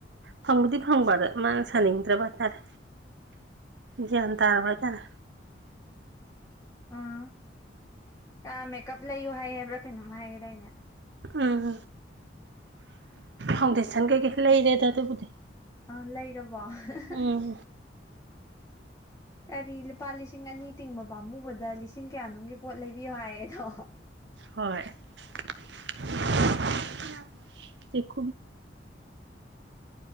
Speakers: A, on the right; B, on the left.
A: ꯐꯪꯕꯨꯗꯤ ꯐꯪꯕ ꯑꯗ ꯃꯥꯅ ꯁꯥꯅꯤꯡꯖꯕ ꯍꯥꯏꯇꯥꯔꯦ ꯒꯌ꯭ꯥꯟ ꯇꯥꯔꯕ꯭ꯔꯥ ꯇꯥꯔꯦ
B: ꯑ ꯀꯥ ꯃꯦꯀꯞ ꯂꯩꯌꯨ ꯍꯥꯏ ꯍꯥꯏꯕ꯭ꯔꯥ ꯀꯩꯅꯣꯝ ꯍꯥꯏꯌꯦꯗꯥꯏꯅꯦ
A: ꯎꯝ ꯐꯥꯎꯟꯗꯦꯁꯟ ꯀꯩꯀꯩꯩ ꯂꯩꯔꯦꯗ ꯑꯗꯨꯕꯨꯗꯤ
B: ꯑ ꯂꯩꯔꯕꯣ <unintelligible>
A: ꯎꯝ
B: ꯀꯔꯤ ꯂꯨꯄꯥ ꯂꯤꯁꯤꯡ ꯑꯅꯤ ꯇꯤꯡꯕ ꯄꯥꯝꯃꯨꯕꯗ ꯂꯤꯁꯤꯡ ꯀꯌꯥꯅꯣꯝꯒꯤ ꯄꯣꯠ ꯂꯩꯕꯤꯌꯣ ꯍꯥꯏꯌꯦꯗꯣ
A: ꯍꯣꯏ <unintelligible>